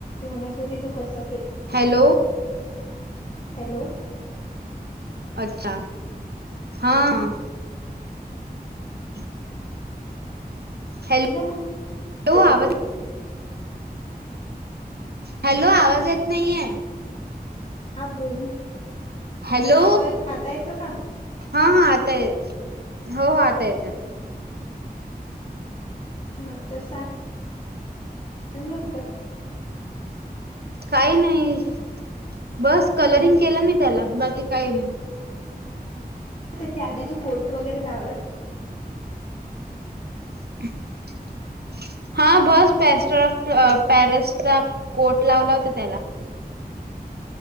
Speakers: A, on the left; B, on the right.
A: म्हणत होती तू कस
B: हॅलो
A: हॅलो
B: अच्छा हा ह हो हॅलो
A: ना मग
B: हो
A: केलं.
B: आवाज हॅलो आवाज येत नाहीये
A: हा बोल
B: हॅलो
A: आता आता येतो का?
B: हा हा आता आहे हो हो आता येत.
A: हा तर स सांग ना तर कस?
B: काही नाही. बस कलरिंग केलं मी त्याला बाकी काही नाही.
A: त्याच्या आधी तू पोर्ट वगैरे लावला.
B: <unintelligible> हा बस पॅस्टर ऑफ पॅरसचा कोट लावला होता त्याला